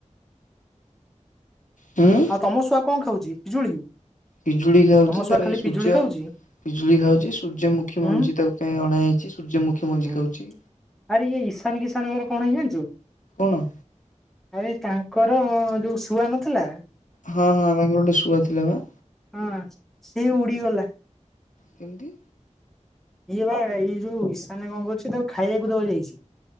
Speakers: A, on the left (about 80°); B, in the centre.
A: ହୁଁ
B: ଆଉ ତମ ଶୁଆ କଣ ଖାଉଛି ପିଜୁଳି।
A: ପିଜୁଳି ଖାଉଛି
B: ତମ ଶୁଆ
A: ତା ପାଇଁ
B: ଖାଲି
A: ସୂର୍ଯ୍ୟ
B: ପିଜୁଳି ଖାଉଛି
A: ପିଜୁଳି ଖାଉଛି ସୂର୍ଯ୍ୟମୁଖୀ ମଞ୍ଜି
B: ଉଁ
A: ତାଙ୍କ ପାଇଁ ଅଣାହୋଇଛି ସୂର୍ଯ୍ୟମୁଖୀ
B: ଉଁ
A: ମଞ୍ଜି
B: ହୁଁ।
A: ଖାଉଛି।
B: ଆରେ ଇଏ ଇଶାନ କିସାନଙ୍କର କଣ ହେଇଚି ଜାଣିଛୁ?
A: କଣ?
B: ଆରେ ତାଙ୍କର ଯୋଉ ଶୁଆ ନଥିଲା।
A: ହଁ ହଁ ତାଙ୍କର ଗୋଟେ ଶୁଆ ଥିଲା ବା।
B: ହଁ ସିଏ ଉଡି ଗଲା।
A: କେମିତି।
B: ଇଏ ବା ଏଇ ଯୋଉ ଈଶାନି କଁ କରୁଛି ତାକୁ ଖାଇବାକୁ ଦବା କୁ ଯାଇଛି